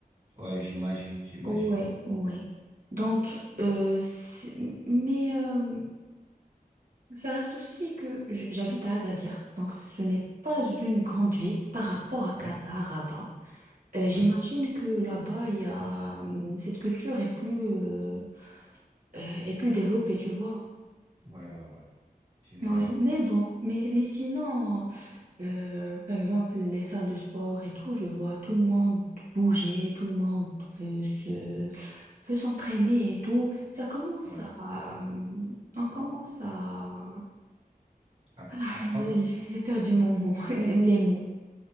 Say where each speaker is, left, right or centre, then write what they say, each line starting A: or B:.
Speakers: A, on the right; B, on the right.
A: Ouais, j'imagine, j'imagine.
B: Ouais, ouais. Donc, euh, c'est- mais... euh, Ça reste aussi que j- j'habite à Agadir, donc ce n'est pas une grande ville par rapport à
A: Ouais,
B: Casa, Rabat. Euh, j'imagine
A: ouais,
B: que là-bas, il y a hum, cette culture est plus euh, euh, est plus développée, tu vois.
A: ouais, ouais, ouais. J'imagine.
B: Ouais, mais bon, mais mais sinon, euh, par exemple, les salles de sport et tout, je vois tout le monde bouger, tout le monde veut se veut s'entraîner et tout. Ça commence
A: Ouais.
B: à hum, on commence à
A: App-
B: <laughs>
A: apprendre.
B: j'ai j'ai perdu mon mot, <laughs> les mots.